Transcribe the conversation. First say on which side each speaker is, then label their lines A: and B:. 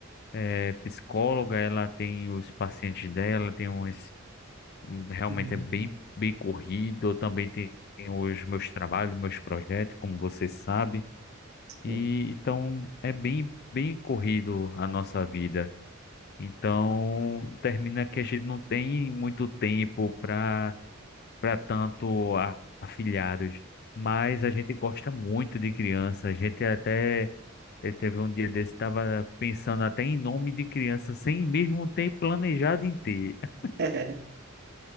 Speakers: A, on the left; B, on the right.
A: é psicóloga, ela tem os pacientes dela, tem uns, um, realmente
B: Uhum.
A: é bem, bem corrido, eu também tem os meus trabalhos, meus projetos, como você sabe,
B: Sim.
A: e então é bem, bem corrido a nossa vida. Então, termina que a gente não tem muito tempo para para tanto a- afilhados, mas a gente gosta muito de criança. A gente até eh, teve um dia desse, estava pensando até em nome de criança, sem mesmo ter planejado em ter. <laughs>
B: <laughs>